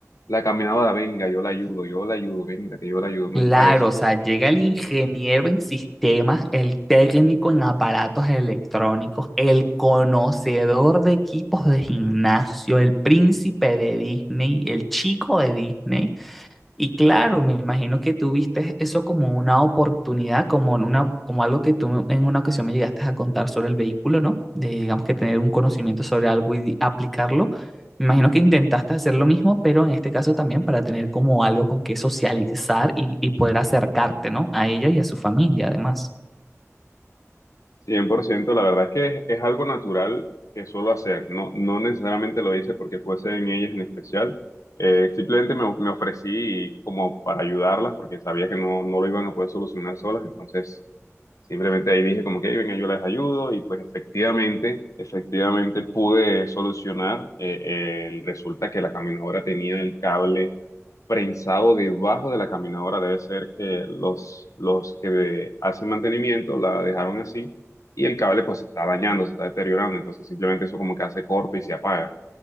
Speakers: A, on the left; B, in the centre.
A: la caminadora, venga, yo la ayudo, yo la ayudo, venga, que yo la ayudo, no
B: Claro,
A: es para eso.
B: o sea, llega el ingeniero en sistemas, el técnico en aparatos electrónicos, el conocedor de equipos de gimnasio, el príncipe de Disney, el chico de Disney Y claro, me imagino que tú viste eso como una oportunidad, como, en una, como algo que tú en una ocasión me llegaste a contar sobre el vehículo, ¿no? De, digamos que tener un conocimiento sobre algo y aplicarlo. Me imagino que intentaste hacer lo mismo, pero en este caso también para tener como algo con que socializar y, y poder acercarte, ¿no? A ella y a su familia, además.
A: cien por ciento la verdad es que es, es algo natural que suelo hacer, no, no necesariamente lo hice porque fuese en ellas en especial, Eh, simplemente me, me ofrecí como para ayudarlas porque sabía que no, no lo iban a poder solucionar solas, entonces simplemente ahí dije como que "Ey, venga, yo les ayudo y pues efectivamente, efectivamente pude solucionar, eh, eh, resulta que la caminadora tenía el cable prensado debajo de la caminadora. Debe ser que los, los que de- hacen mantenimiento la dejaron así y el cable pues se está dañando, se está deteriorando. Entonces simplemente eso como que hace corto y se apaga.